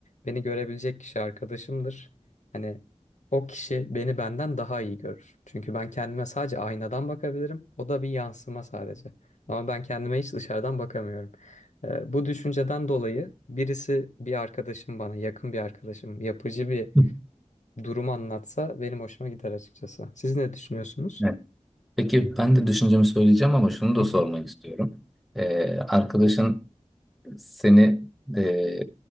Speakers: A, on the left; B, in the centre.
A: Beni görebilecek kişi arkadaşımdır. Hani o kişi beni benden daha iyi görür. Çünkü ben kendime sadece aynadan bakabilirim. O da bir yansıma sadece. Ama ben kendime hiç dışarıdan bakamıyorum. Ee, bu düşünceden dolayı birisi bir arkadaşım bana, yakın bir arkadaşım, yapıcı bir
B: <laughs> Hı.
A: durum anlatsa benim hoşuma gider açıkçası. Siz ne düşünüyorsunuz?
B: Evet. Peki ben de düşüncemi söyleyeceğim ama şunu da
A: Hı
B: sormak
A: hı.
B: istiyorum. Ee, arkadaşın seni e,